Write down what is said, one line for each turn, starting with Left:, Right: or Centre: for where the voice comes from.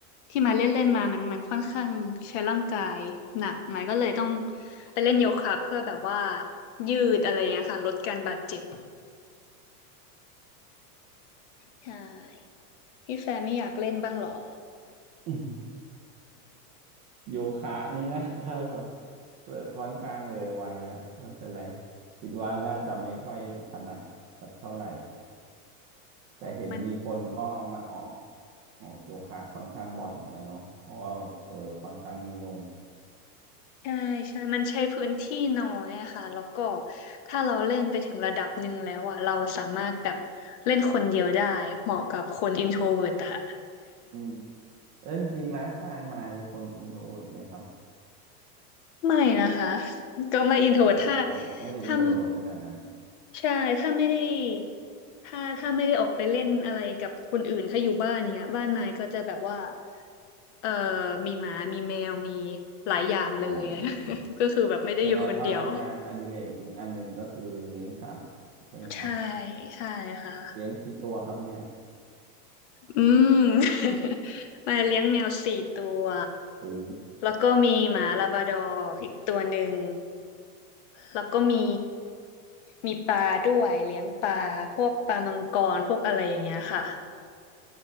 Left: ที่มาเล่นเล่นมามันมันค่อนข้างใช้ร่างกายหนักหน่อยก็เลยต้องไปเล่นโยคะเพื่อแบบว่ายืดอะไรเงี้ยค่ะลดการบาดเจ็บใช่พี่แฟนไม่อยากเล่นบ้างเหรอ
Right: อืมโยคะนี่น่าจะแบบเออค่อนข้างเลยไวแล้วไม่เป็นไรคิดว่าน่าจะไม่ค่อยถนัดสักเท่าไหร่ แต่เห็นมีคนก็มาออก
Left: <laughs> มัน
Right: ออกโยคะค่อนข้างบ่อยเหมือนกันเนาะเพราะว่าเออค่อนข้างนิยม
Left: ใช่ใช่มันใช้พื้นที่น้อยอะค่ะแล้วก็ถ้าเราเล่นไปถึงระดับหนึ่งแล้วอ่ะเราสามารถแบบเล่นคนเดียวได้เหมาะกับคนอินโทรเวิร์ตอะ
Right: อืมแล้วจริงๆไลฟ์สไตล์มายเป็นคนอินโทรเวิร์ไหมครับ
Left: <laughs> ไม่นะคะก็ไม่อินโทรเวิร์ตถ้า
Right: อ๋อไม่ไม่ได้อินโทรเวิร์ขนาดนั้น
Left: ถ้าใช่ถ้าไม่ได้ถ้าถ้าไม่ได้ออกไปเล่นอะไรกับคนอื่นถ้าอยู่บ้านเนี้ยบ้านไม้ก็จะแบบว่าเอ่อมีหมามีแมวมีหลายอย่างเลย
Right: อ๋อ
Left: <laughs> ก็คือแบบไม่ได้อยู่คนเดียว
Right: แสดงว่างานอดิเรกอีกอันหนึ่งก็คือเลี้ยงสัตว์ใช่ไหมครับ
Left: ใช่ใช่ค่ะ
Right: เลี้ยงกี่ตัวครับเนี่ย
Left: อืม <laughs> มาเลี้ยงแมวสี่ตัว
Right: โอ้
Left: แล้วก็มีหมาลาบราดอร์อีกตัวหนึ่งแล้วก็มีมีปลาด้วยเลี้ยงปลาพวกปลามังกรพวกอะไรอย่างเงี้ยค่ะ